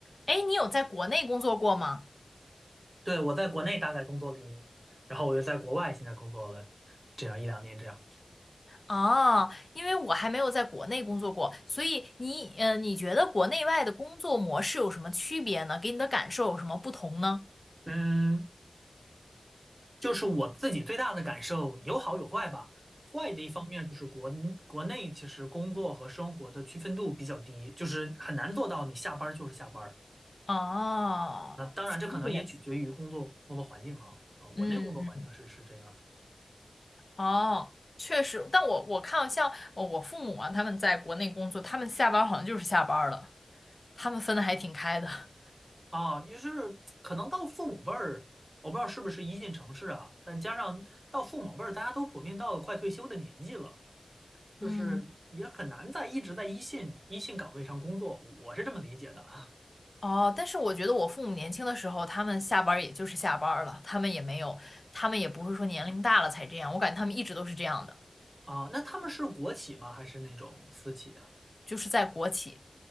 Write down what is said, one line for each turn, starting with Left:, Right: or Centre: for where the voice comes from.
Left: 哎，你有在国内工作过吗？
Right: 对，我在国内大概工作了一年，然后我又在国外现在工作了这样一两年这样。
Left: 啊，因为我还没有在国内工作过，所以你，呃，你觉得国内外的工作模式有什么区别呢？给你的感受有什么不同呢？
Right: 嗯，就是我自己最大的感受有好有坏吧。坏的一方面就是国国内其实工作和生活的区分度比较低，就是很难做到你下班儿就是下班儿。
Left: 哦，
Right: 那当然这可能也取决于工作工作环境哈。
Left: Yes.
Right: 啊，我那个工作环境是是这样的
Left: 嗯嗯，哦，确实，但我我看像呃我父母啊，他们在国内工作，他们下班儿好像就是下班儿了，他们分的还挺开的。<laughs>
Right: 啊，也就是可能到父母辈儿，我不知道是不是一线城市啊，再加上到父母辈儿，大家都普遍到了快退休的年纪了。就是也很难在一直在一线一线岗位上工作，
Left: 嗯。
Right: 我是这么理解的
Left: 哦，但是我觉得我父母年轻的时候，他们下班儿也就是下班儿了，他们也没有，他们也不是说年龄大了才这样，我感觉他们一直都是这样的，
Right: 啊。那他们是国企吗？还是那种私企啊？
Left: 就是在国企，